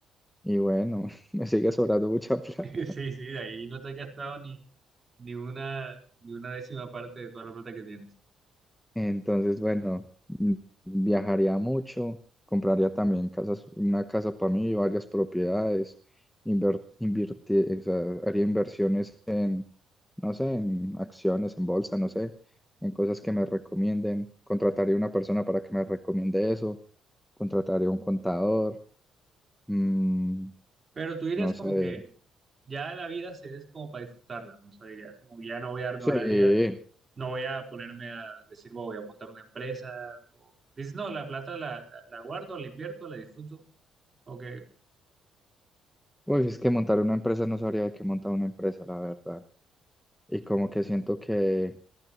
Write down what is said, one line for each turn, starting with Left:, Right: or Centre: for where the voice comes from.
Centre: y bueno, <laughs> me sigue sobrando mucha <laughs> plata.
Right: <laughs> Sí, sí, de ahí no te has gastado ni, ni una, ni una décima parte de toda la plata que tienes.
Centre: Entonces, bueno, mm, viajaría mucho, compraría también casas, una casa para mí, varias propiedades, inver- invirti- o sea, haría inversiones en, no sé, en acciones, en bolsa, no sé, en cosas que me recomienden. Contrataría una persona para que me recomiende eso. Contrataría un contador, mm,
Right: Pero tú dirías
Centre: no
Right: como
Centre: sé.
Right: que ya la vida se es como para disfrutarla, ¿no? O sea, dirías como que ya no voy a darme
Centre: Sí,
Right: la vida, no voy a ponerme a decir, "Bueno, voy a montar una empresa. O, dices, no, la plata la, la, la guardo, la invierto, la disfruto. O que,
Centre: uy, es que montar una empresa no sabría de qué montar una empresa, la verdad. Y como que siento que